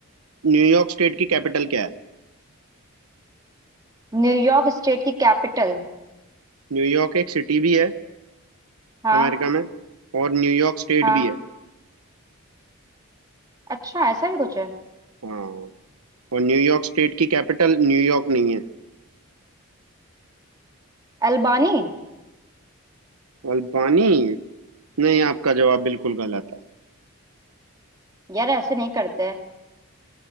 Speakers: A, on the right (about 90°); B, on the right (about 15°).
A: न्यूयॉर्क स्टेट की कैपिटल क्या है
B: न्यूयॉर्क स्टेट की कैपिटल
A: न्यूयॉर्क एक सिटी भी है
B: हाँ
A: अमेरिका में और न्यूयॉर्क स्टेट
B: हाँ
A: भी है
B: अच्छा ऐसा भी कुछ है
A: हाँ और न्यूयॉर्क स्टेट की कैपिटल न्यूयॉर्क नहीं है
B: अल्बानी
A: अल्बानी नहीं आपका जवाब बिल्कुल गलत है
B: यार ऐसे नहीं करते हैं